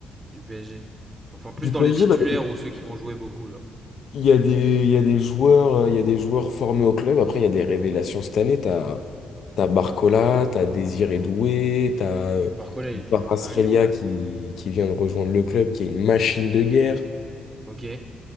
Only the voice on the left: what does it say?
du
PSG,
bah,
il y a des, il y a des joueurs, euh, il y a des joueurs formés au club. Après, il y a des révélations cette année. T'as, t'as Barcola, t'as Désiré Doué, t'as euh,
Kvaratskhelia
qui, qui vient de rejoindre le club, qui est une machine de guerre.